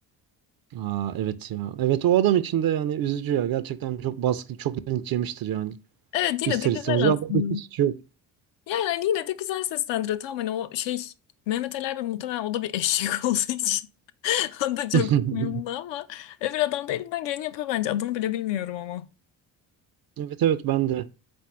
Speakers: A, on the right; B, on the left.
A: Aa evet ya. Evet o adam için de yani üzücü ya. Gerçekten çok baskı, çok linç yemiştir yani.
B: Evet yine
A: İster
B: de güzel
A: istemez. Ve
B: aslında.
A: adamın hiç suçu yok.
B: Yani hani yine de güzel seslendiriyor. Tamam hani o şey Mehmet Ali Erbil muhtemelen o da bir eşek <laughs> olduğu için. O da çok
A: <laughs>
B: uyumlu ama öbür adam da elinden geleni yapıyor bence. Adını bile bilmiyorum ama.
A: Evet evet ben de.